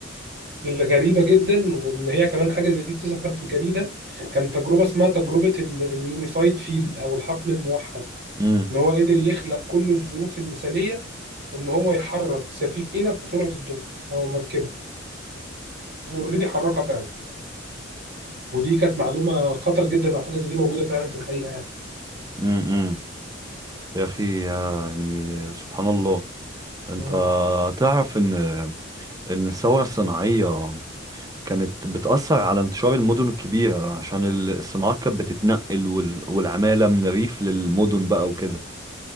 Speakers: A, on the right; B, on the right.
A: غريبة جدا وإن هي كمان حاجة زي دي تظهر في جريدة كان تجربة اسمها تجربة اليونيفايد فيل أو الحقل الموحد
B: امم
A: إن هو قدر يخلق كل الظروف المثالية إن هو يحرك سفينة بسرعة الضوء أو مركبة وأوريدي حركها فعلا ودي كانت معلومة خطر جدا لو حاجة زي دي موجودة فعلا في الحقيقة يعني
B: امم يا أخي يعني سبحان الله أنت
A: مم.
B: تعرف إن إن الثورة الصناعية كانت بتأثر على انتشار المدن الكبيرة عشان ال- الصناعات كانت بتتنقل وال- والعمالة من الريف للمدن بقى وكده